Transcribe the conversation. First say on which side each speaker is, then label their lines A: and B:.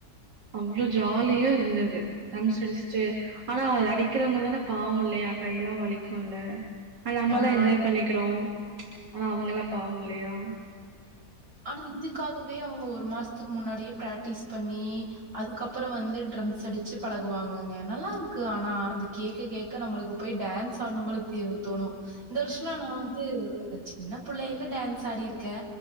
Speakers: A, on the right; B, on the right.
A: அவ்ளோ ஜாலியா இருந்தது தம்ஸ் அடிச்சுட்டு ஆனா அத அடிக்கிறவங்க தான பாவோ இல்லையா கையெல்லாம் வலிக்கும் இல்ல நம்ம
B: ஆ
A: எல்லாம் என்ஜாய் பண்ணிக்கிறோம் ஆனா அவங்க எல்லா பாவோ இல்லையா
B: ஆனா இதுக்காகவே அவங்க ஒரு மாசத்துக்கு முன்னாடியே பிராக்டிஸ் பண்ணி அதுக்கப்பறோ வந்து ட்ரம்ஸ் அடிச்சு பழகுவாங்கங்க நல்லா இருக்கு ஆனா அத கேட்க கேட்க நம்மளுக்கு போய் டான்ஸ் ஆடனு போல தேவு தோணு இந்த வருஷோலா நா வந்து சின்ன புள்ளையில்ல டான்ஸ் ஆடிருக்கே